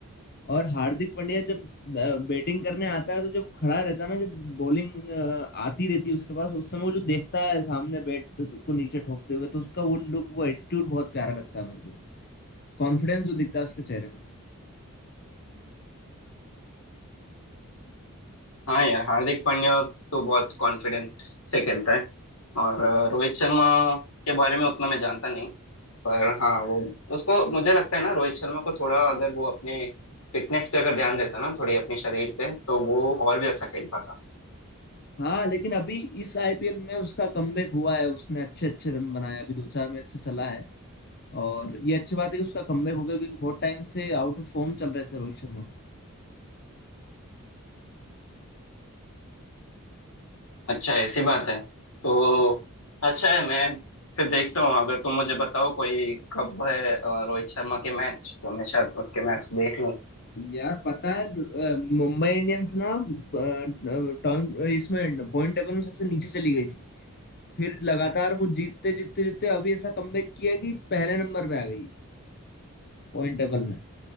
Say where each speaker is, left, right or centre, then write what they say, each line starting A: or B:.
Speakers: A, on the left (about 50°); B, on the left (about 90°).
A: और हार्दिक पांड्या जब बैटिंग करने आता है तो जब खड़ा रहता है ना जब बॉलिंग आती रहती है उसके पास उस समय वो जो देखता है सामने बैट को नीचे ठोकते हुए तो उसका वो लुक वो एटीट्यूड बहुत प्यारा लगता है मेरे को कॉन्फिडेंस जो दिखता है उसके चेहरे पर
B: हाँ यार हार्दिक पांड्या तो बहुत कॉन्फिडेंट से खेलता है और अ, रोहित शर्मा के बारे में उतना मैं जानता नहीं पर हाँ वो उसको मुझे लगता है ना रोहित शर्मा को थोड़ा अगर वो अपने फिटनेस पे अगर ध्यान देता ना थोड़ी अपने शरीर पे तो वो और भी अच्छा खेल पाता
A: हाँ लेकिन अभी इस आईपीएल में उसका कमबैक हुआ है उसने अच्छे अच्छे रन बनाए अभी दो चार मैच से चला है और ये अच्छी बात है कि उसका कमबैक हो गया क्योंकि बहुत टाइम से आउट ऑफ फॉर्म चल रहे थे रोहित शर्मा
B: अच्छा ऐसी बात है तो अच्छा है मैं फिर देखता हूँ अगर तुम मुझे बताओ कोई कब है अ, रोहित शर्मा के मैच तो मैं शायद उसके मैच देख लूँ
A: यार पता है अ, मुंबई इंडियंस ना अ, टर्न- इसमें पॉइंट टेबल में सबसे नीचे चली गई थी फिर लगातार वो जीतते जीतते जीतते अभी ऐसा कमबैक किया कि पहले नंबर पे आ गई है पॉइंट टेबल में